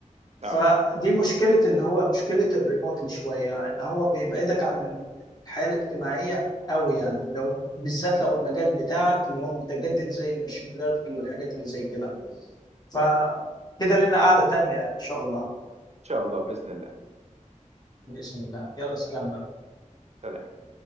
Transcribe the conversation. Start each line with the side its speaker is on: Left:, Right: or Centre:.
Left: فدي
Right: اه
Left: مشكلة اللي هو مشكلة الريموتلي شوية ان هو بيبعدك عن الحياة الاجتماعية قوي يعني لو بالذات لو المجال بتاعك اللي هو متجدد زي الماشين ليرنينج والحاجات اللي زي كده فكده لنا قعدة تانية ان شاء الله
Right: إن شاء الله بإذن الله
Left: بإذن الله يلا سلام بقى
Right: سلام